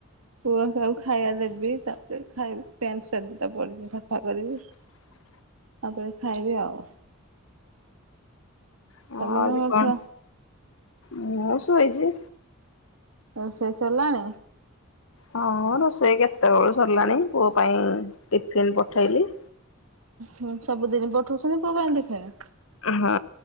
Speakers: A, on the right (about 80°); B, on the left (about 65°).
A: ପୁଅ ଆକୁ ଖାଇବା ଦେବି ତାପରେ ଭାଇ ପ୍ୟାଣ୍ଟ ସାର୍ଟ ଦିଟା ପଡିଛି ସଫା କରିବି।
B: <inaudible>
A: ତାପରେ ଖାଇବି ଆଉ।
B: ହଁ
A: ତମେ
B: ଆଜି
A: କରୁଛ?
B: କଣ ମୁଁ ସୋଇଛି।
A: ଆଉ ରୋଷେଇ ସରିଲାଣି।
B: ହଁ ରୋଷେଇ କେତେବେଳୁ ସରିଲାଣି ପୁଅ ପାଇଁ ଟିଫିନ୍ ପଠାଇଲି।
A: ହୁଁ ସବୁଦିନ ପଠଉଛନ୍ତି ପୁଅ ପାଇଁ ଟିଫିନ୍।
B: ହଁ